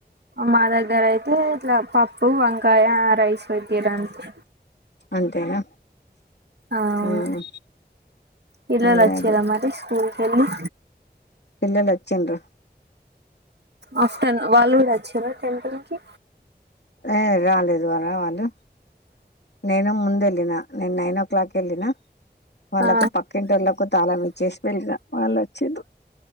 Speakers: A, on the right (about 75°); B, on the left (about 80°).
A: మా దగ్గరే ఏం లే పప్పు, వంకాయ, రైస్ పేట్టిరు అంతే
B: అంతేనా
A: ఔను
B: ఉమ్
A: పిల్లలోచ్చిరా
B: అదే అదే
A: మరి స్కూలకెళ్లి?
B: పిల్లలు వచ్చింరు
A: ఆఫ్టర్నూన్ వాళ్ళు కూడా వచ్చిరా టెంపుల్ కి?
B: ఏ రాలేదు వా రావద్దు నేను ముందెలినా నేను నైన్ ఓ క్లాక్ వెళ్లిన వాళ్ళకు,
A: ఆ
B: పక్కింటోల్లకు తాళం ఇచ్చేస్ పిలష్ణ వాల్ ఒచ్చిన్రు